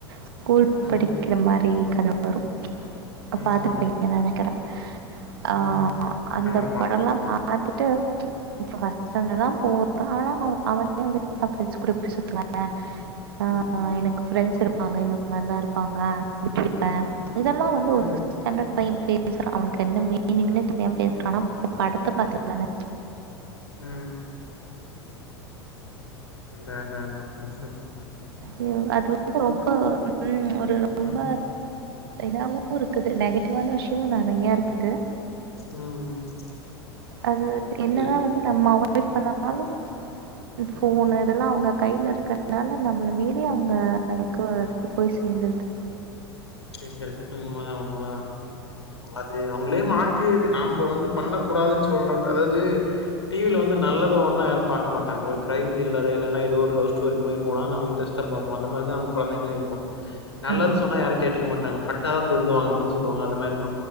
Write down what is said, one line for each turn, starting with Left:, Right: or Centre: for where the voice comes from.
Right: ஸ்கூல்
Left: ம்.
Right: படிக்கிற மாரி கத வரும் ச்சு
Left: ம்ஹ்ம்.
Right: பாத்துருப்பீங்கன்னு நினைக்கறேன் அஹ்
Left: ம்.
Right: அந்த
Left: ஆமாமா.
Right: படம் லாம் ப பாத்துட்டு ச்சு இப்போ ஃபஸ்ட் ஸ்டாண்டர்ட் தான் போறான் ஆன அவ அவனே வந்து அவன் ப்ரண்ட்ஸ் கூட எப்படி சுத்துவாங்க ஆஹ்
Left: ம்.
Right: ஆன் எனக்கு ப்ரெண்ட்ஸ் இருப் பாங்க இந்த மாரி தான் இருப்பாங்க விட்டுடிருப்பேன்
Left: ம்.
Right: இதெல்லாம் வந்து ஒரு
Left: ம்.
Right: <unintelligible> பையன் பேசுறான் அவனுக்கு என்ன மீனிங்ன்னு தெரியாம பேசுறான்னா படத்த பாத்துதானே
Left: ம். அந்த அந்த அந்த உஹ் உஹ்
Right: ஐயோ அது வந்து ரொம்ப உம் ஒரு ரொம்ப
Left: ம் ம்
Right: இதாவும் இருக்குது நெகட்டிவ்வான விஷயமும் நிறையா இருக்குது
Left: ம்
Right: அது என்னதா
Left: ம்
Right: வந்து நம்ம எப்பனாலும்
Left: ம்
Right: போன இதெல்லா அவங்க கையில இருக்கிறதுனால நம்மள மீறி அவங்க ளுக்கு அது போய் சேந்துருது
Left: இந்த உண்மைதா உண்மைதா அது அவங்களே மாத்தியது நம்ம வந்து பண்ணக்கூடாதுன்னு சொல்ற அதாவது டிவியில வந்து நல்லத ஒன்னு யாரு பார்க்க மாட்டாங்க ஒரு கிரைம் தில்லர் இல்லனா ஏதோ ஒரு லவ் ஸ்டோரி இது மாதிரி போனா நம்ம இன்டெரெஸ்ட்டா பாப்போம் அந்த மாரிதான் நம்ம கொழந்தைகளும் இருக்கும் நல்லது
Right: ஆமா.
Left: சொன்னா யாரு கேட்டுக்க மாட்டாங்க பட்டாதா திருந்துவாங்க அப்டினு சொல்வாங்க அந்த மேரிதா